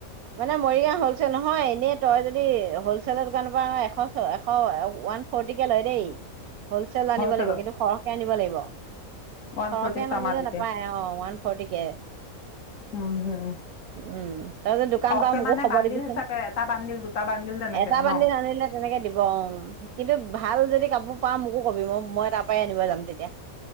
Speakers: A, on the right; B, on the left.
A: মানে মৰিগাঁও হলচেল নহয় এনে তই যদি হলচেলৰ দোকানৰ পৰা এশ এশ ওৱান ফৰ্টিকে লয় দেই। হ'লচেল আনিব
B: হ'লচেলত
A: লাগিব কিন্তু সৰহকৈ আনিব লাগিব
B: ওৱান
A: সৰহকৈ
B: ফৰ্টিত পাম
A: আনিলে
B: আৰু তেতিয়া
A: নাপায় অ', ওৱান ফৰ্টি কে।
B: উম হম
A: উম তাৰপিছত দোকান
B: সৰহকে
A: পাৰ মোকো
B: মানে
A: খবৰ
B: বান্দিল
A: দিবিচোন
B: হিচাপে এটা বান্দিল দুটা বান্দিল তেনেকে
A: এটা বান্ধি
B: ন
A: আনিলে তেনেকে দিব উ কিন্তু ভাল যদি কাপোৰ পা মোকো কবি মই মই তাৰ পৰাই আনিব যাম তেতিয়া।